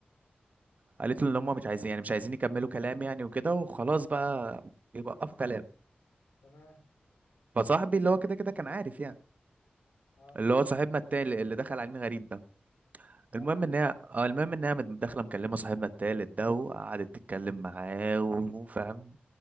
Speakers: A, on the right; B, on the left.
A: قالت له ان هم مش عايزين يعني مش عايزين يكملوا كلام يعني وكده وخلاص بقى يوقفوا كلام
B: تمام
A: فصاحبي اللي هو كده كده كان عارف يعني
B: اه
A: اللي هو صاحبنا التالت اللي دخل علينا غريب ده
B: اه
A: المهم
B: ماشي
A: ان هي
B: عارف.
A: آه، المهم ان هي قامت داخله مكلمه صاحبنا التالت ده وقعدت تتكلم معاه وفاهم